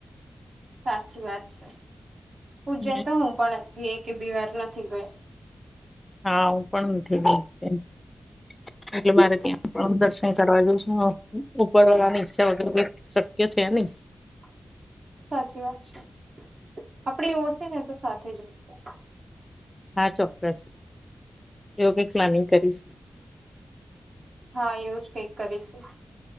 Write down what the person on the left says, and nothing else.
હમ
હા, હું પણ નથી ગઈ એટલે મારે ત્યાં પણ દર્શન કરવા જવું છે. <unintelligible> ઉપરવાળાની ઈચ્છા વગર કઈક શક્ય એ છે ની.
હા, ચોક્કસ. એવું કઈક પ્લાનિંગ કરીશું.